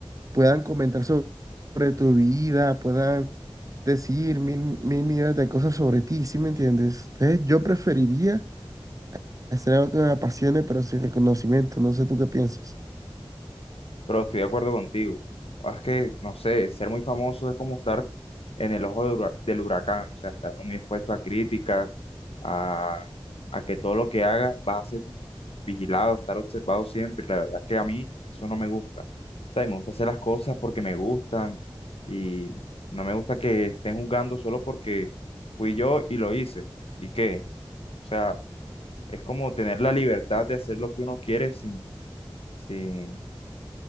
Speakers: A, on the right; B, on the left.
A: puedan comentar so- sobre tu vida, puedan decir mil, mil millones de cosas sobre ti, ¿sí me entiendes? Entonces yo preferiría hacer algo que me apasione, pero sin reconocimiento, no sé tú qué piensas.
B: Bro, estoy de acuerdo contigo. Es que, no sé, ser muy famoso es como estar en el ojo de hura- del huracán, o sea, estar muy expuesto a críticas, a, a que todo lo que haga va a ser como vigilado, estar observado siempre. La verdad es que a mí eso no me gusta. O sea, y me gusta hacer las cosas porque me gustan y no me gusta que estén juzgando solo porque fui yo y lo hice. ¿Y qué? O sea, es como tener la libertad de hacer lo que uno quiere sin, sin